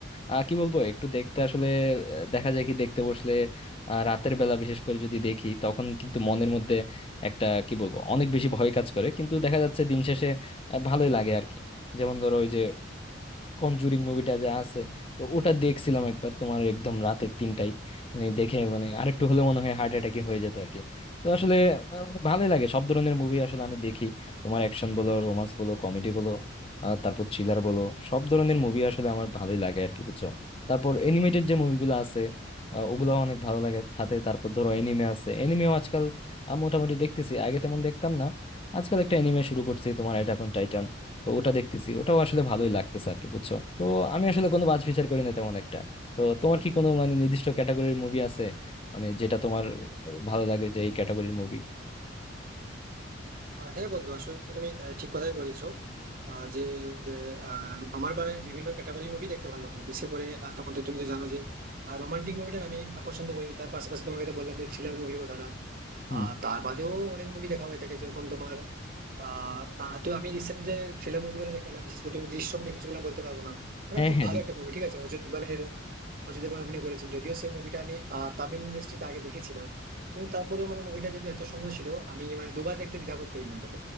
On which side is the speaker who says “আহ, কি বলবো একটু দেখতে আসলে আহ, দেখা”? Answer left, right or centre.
Left